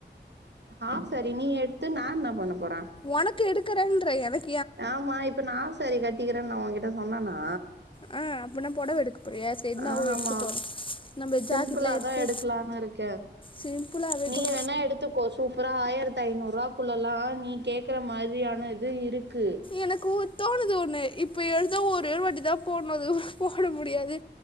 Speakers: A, on the right; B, on the left.
A: ஹாஃப் சேரி நீ எடுத்து நா என்னா பன்ன போற
B: ஒனக்கு எடுக்கறன்ற எனக்
A: ஆமா இப்ப நா ஆப் சேரி கட்டிக்கிறன் நா ஒகிட்ட சொன்னனா
B: ஆ அப்பின்னா பொடவ எடுக்கப் போரியா செரினாவோ
A: ஆ
B: எடுத்துக்கோ
A: ஆமா
B: நம்ம
A: சிம்பிளாதா
B: ஜாக்கெட்லாம் எடுத்து
A: எடுக்கலான் இருக்க
B: சிம்பிளாவே
A: நீ
B: கூட
A: வேணா எடுத்துக்கோ சூப்பரா ஆயிரத் ஐநூறுவாக்குள்ளலா நீ கேக் கற மாதிரியான இது இருக்கு
B: எனக்கு தோணுது ஒன்னு இப்ப எடுத்தா ஒரே ஒரு வாட்டி தா போட்னு அதுகப்றோ போட முடியாது